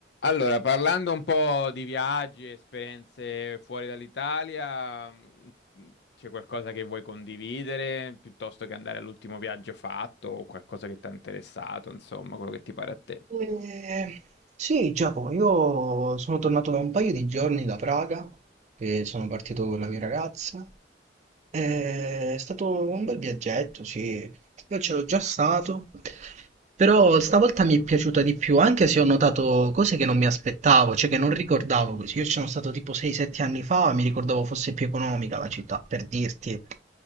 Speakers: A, on the left; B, on the right.
A: Allora, parlando un po' di viaggi, esperienze fuori dall'Italia, mh, c'è qualcosa che vuoi condividere piuttosto che andare all'ultimo viaggio fatto o qualcosa che ti ha interessato, insomma, quello che ti pare a te.
B: Eh, sì, Giacomo, io sono tornato da un paio di giorni da Praga e sono partito con la mia ragazza. Eh, È stato un bel viaggetto, sì. Io c'ero già stato, però stavolta mi è piaciuta di più, anche se ho notato cose che non mi aspettavo, cioè che non ricordavo così. Io ci sono stato tipo 6-7 anni fa, mi ricordavo fosse più economica la città, per dirti.